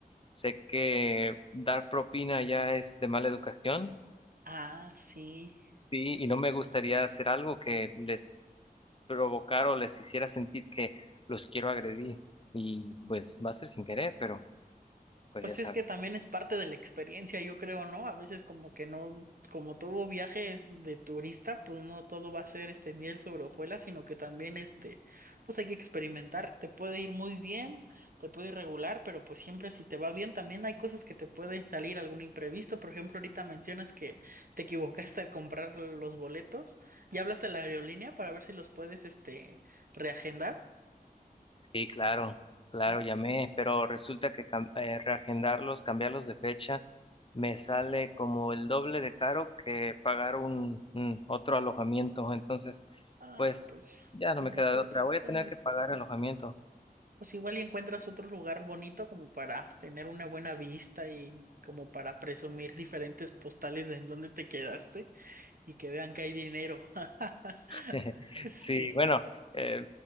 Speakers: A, on the left (about 35°); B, on the right (about 65°).
A: Sé que dar propina ya es de mala educación,
B: Ah, sí.
A: sí, y no me gustaría hacer algo que les provocara o les hiciera sentir que los quiero agredir. Y pues va a ser sin querer, pero pues
B: Pues
A: ya saben.
B: es que también es parte de la experiencia, yo creo, ¿no? A veces como que no, como todo viaje de turista, pues no todo va a ser este miel sobre hojuelas, sino que también este, pues hay que experimentar. Te puede ir muy bien, te puede ir regular, pero pues siempre si te va bien, también hay cosas que te pueden salir algún imprevisto. Por ejemplo, ahorita mencionas que te equivocaste al comprar los boletos. ¿Ya hablaste a la aerolínea para ver si los puedes este reagendar?
A: Sí, claro, claro,
B: ¿Sí?
A: llamé, pero resulta que cam- eh, reagendarlos, cambiarlos de fecha, me sale como el doble de caro que pagar un un otro alojamiento. Entonces,
B: Ah,
A: pues
B: pues,
A: ya
B: pues
A: no me
B: mejor,
A: queda de otra. Voy
B: sí,
A: a tener que pagar alojamiento.
B: Pues igual y encuentras otro lugar bonito como para tener una buena vista y como para presumir diferentes postales de en dónde te quedaste y que vean que hay dinero. <laughs>
A: <laughs>
B: Sí,
A: Sí, bueno, eh,